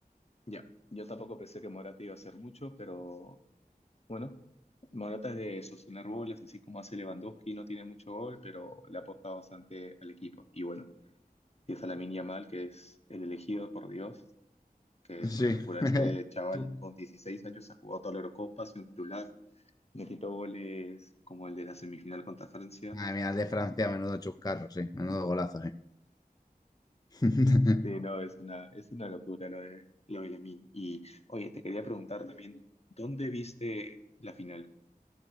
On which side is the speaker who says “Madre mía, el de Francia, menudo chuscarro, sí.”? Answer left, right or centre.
Left